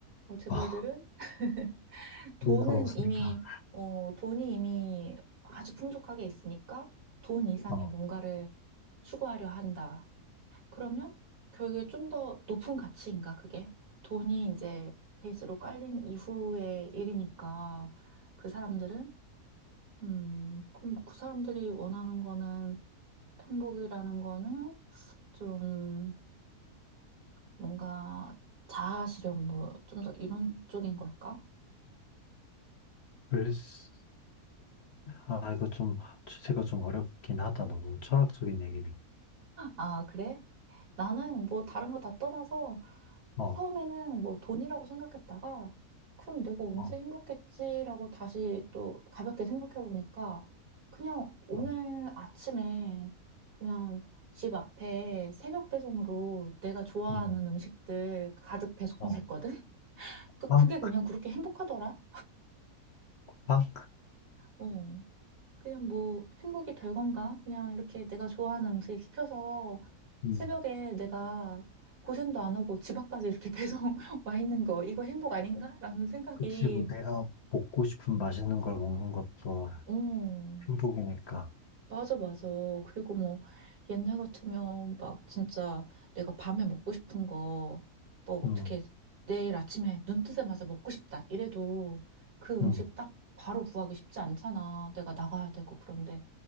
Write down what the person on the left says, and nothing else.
아,
우린 돈 없으니까.
어.
글쎄, 아, 이거 좀 주제가 좀 어렵긴 하다. 너무 철학적인 얘기니.
어,
어,
어,
음,
어,
빵,
빵,
음.
그치, 뭐 내가 먹고 싶은 맛있는 걸 먹는 것도
행복이니까.
음,
음.